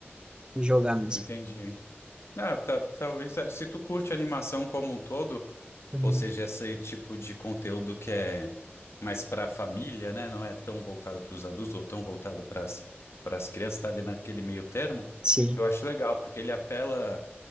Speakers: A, on the right; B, on the left.
A: De jogar mesmo.
B: Entendi. Não, tá- talvez eh, se tu curte animação como um todo,
A: Uhum.
B: Ou seja, esse tipo de conteúdo que é mais para a família, né? Não é tão voltado para os adultos ou tão voltado para as para as crianças, tá ali naquele meio termo.
A: Sim.
B: Eu acho legal, porque ele apela